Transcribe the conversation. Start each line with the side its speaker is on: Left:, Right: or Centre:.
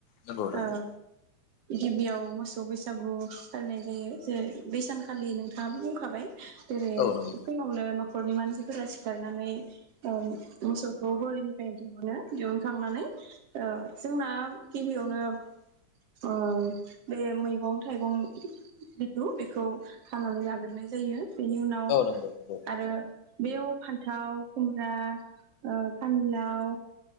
Left: नंगौ नंगौ
Right: ओ गिबियाव मोसौ मोसौ बैसागु फालिनाय जायो जेरै बै सानखालिनो नोंथाङाबो बुंखाबाय। जेरै
Left: औ
Right: फुंआवनो
Left: नंगौ
Right: न' न'खरनि मानसिफोरा सिखारनानै औ मोसौखौ गलिनि फ्राय दिहुनो दिहुनखांनानै ओ जोंना गिबियावनो ओ बे मैगं थाइगं जिथु बेखौ खानानै लाग्रोनाय जायो। बेनि उनाव
Left: औ नंगौ नंगौ
Right: आरो बेयाव फान्थाव खुम्रा ओ फानिलाव